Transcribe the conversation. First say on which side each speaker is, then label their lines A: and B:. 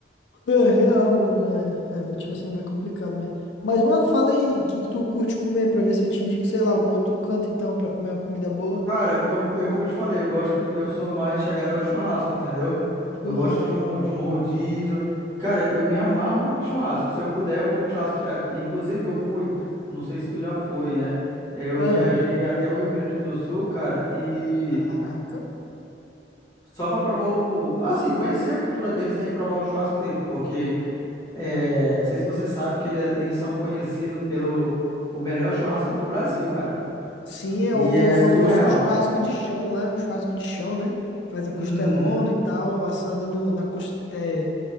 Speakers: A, on the left (about 80°); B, on the left (about 20°).
A: É, real, mano, né? é, é, tipo assim, é meio complicado, né? Mas, mano, fala aí, o que que tu curte comer pra ver se eu te indico, sei lá, algum outro canto, então, pra comer uma comida boa?
B: Cara, como eu, como eu te falei, eu gosto, eu sou mais chegada ao churrasco, entendeu?
A: Churrasco.
B: Eu gosto de um, de um rodízio. Cara, eu me amarro em churrasco. Se eu puder, eu como churrasco direto. Inclusive, eu fui, não sei se tu já foi, né? Eu
A: Ah,
B: viajei até o Rio Grande do Sul, cara, e
A: caraca.
B: só pra provar o. Assim, conhecer a cultura deles, né? E provar o churrasco deles, porque é, não sei se você sabe que ele- eles são conhecidos pelo o melhor churrasco do Brasil, cara.
A: Sim, é,
B: E
A: o- tem
B: é
A: o famoso
B: surreal.
A: churrasco de chão lá, o churrasco de chão, né? Faz a
B: Uhum,
A: costelona e tal, assada no, na, coste- é,